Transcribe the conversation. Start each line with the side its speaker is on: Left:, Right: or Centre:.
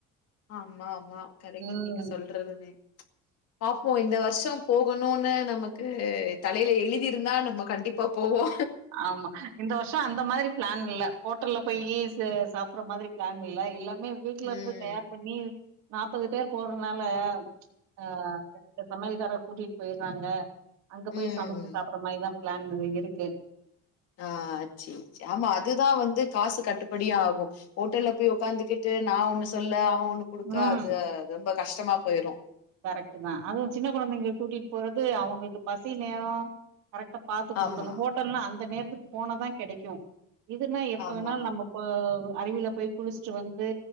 Left: ஆமா ஆமா கரெக்ட்டு
Right: ம்
Left: நீங்க சொல்றதுமே பாப்போ இந்த வருஷோம் போகணுன்னு நமக்கு தலையில எழுதிருந்தா நம்ம கண்டிப்பா போவோ
Right: ஆமா. இந்த வருஷோ அந்த மாதிரி பிளான் இல்ல ஹோட்டல்ல போய் சு சாப்புட்ற மாதிரி பிளான் இல்ல எல்லா மே வீட்ல இருந்து
Left: ம்
Right: தயார் பண்ணி நாபது பேர் போறதுனால ஆ <unintelligible> சமையல்கார கூட்டிட் போயிட்றாங்க அங்க போய்
Left: ம்
Right: சமைச்சு சாப்புட்ற மாரிதான் பிளான் இது இருக்கு
Left: ஆ சே சே ஆமா அதுதா வந்து காசு கட்டுப்படி ஆகும் ஹோட்டல்ல போய் உக்காந்துகிட்டு நான் ஒண்ணு சொல்ல அவன் ஒண்ணு குடுக்க
Right: ம்.
Left: அது அது ரொம்ப கஷ்டமா போயிரும்
Right: கரெக்ட்டு தா அதுவும் சின்ன கொழந்தைங்க கூட்டிட் போறது அவங்களுக்கு பசி நேரோ கரெக்டா பாத்து குடுக்கணும்
Left: ஆமா,
Right: ஹோட்டல்ன்னா அந்த நேரத்துக்கு போனா தான் கெடைக்கும் இதுன்னா எப்ப
Left: ஆமா.
Right: வேணாலும் நம்மப் ப்ப வு அருவில போய் குளிச்சுட்டு வந்து